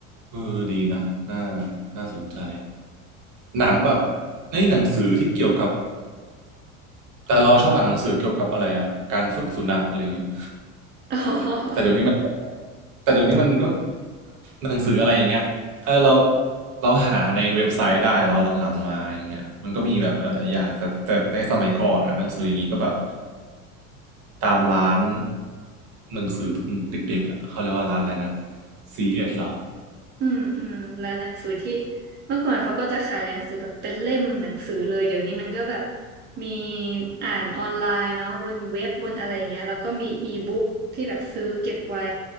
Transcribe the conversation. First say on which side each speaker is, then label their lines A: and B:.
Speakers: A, on the right (about 50°); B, on the right (about 25°).
A: เออดีนะน่าน่าสนใจหนังแบบในหนังสือที่เกี่ยวกับแต่เราชอบอ่านหนังสือเกี่ยวกับอะไรอะการฝึกสุนัขอะไรเงี้ย
B: อ๋อ
A: แต่เดี๋ยวนี้มันแต่เดี๋ยวนี้มันก็หนังสืออะไรอย่างเงี้ยเออเราเราหาในเว็บไซต์ได้เราหลังๆมาอย่างเงี้ยมันก็มีแบบหลายๆอย่างแต่แต่ในสมัยก่อนอ่ะหนังสืออย่างงี้ก็แบบตามร้านหนังสือตอนเด็กๆอ่ะเขาเรียกว่าร้านอะไรนะ CS เอสเหรอ
B: อืมอืมร้านหนังสือที่เมื่อก่อนเขาก็จะขายหนังสือแบบเป็นเล่มหนังสือเลยเดี๋ยวนี้มันก็แบบมีอ่านออนไลน์เนาะบนเว็บบนอะไรอย่างเงี้ยแล้วก็มีอีบุ๊กที่แบบซื้อเก็บไว้